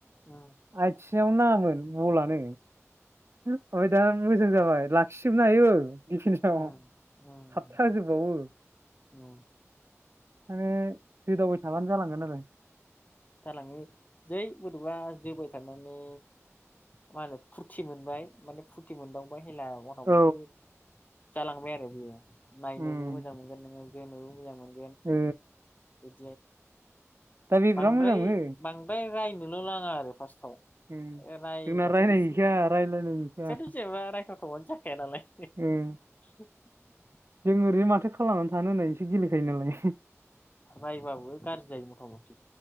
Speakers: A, on the left (about 35°); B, on the right (about 55°).
A: उम
B: आथिङावनो नाङामोन मलानो ओमफ्राय दा मोजां जाबाय लाखिजोबनो हायो दिफेन्चआव
A: उम उम
B: थाबथाहोजोबबावो।
A: उम
B: माने जोदावबाय थाबानो जालांगोन आरो।
A: जालाङो जै बोरै'बा जोबाय थानानै। मा होनो फुरथि मोन। बाय माने फुरथि मोनदावबाय हेला मथा
B: औ
A: मथि जालांबाय आरो बेयो। नायनोबो
B: उम
A: मोजां मोनगोन नोङो जोनोबो मोजां मोनगोन।
B: ओ।
A: बिदि
B: दा बे
A: बांद्राय
B: बिराद मोजां मोनो
A: बांद्राय रायनोल' नांङा आरो फार्ट
B: उम
A: रायबाथाय
B: जोंना रायलाय
A: एसेयाथ
B: हैखाया रायलायनाय हैखाया
A: जेनेबा रायथावथावआनो जाखाया नालाय
B: उम
A: <inaudible>
B: जों ओरैनो माथो खालामनानै थानो होननायसो गेलेखायो नालाय
A: रायबाबो गाज्रि जायो मथा मथि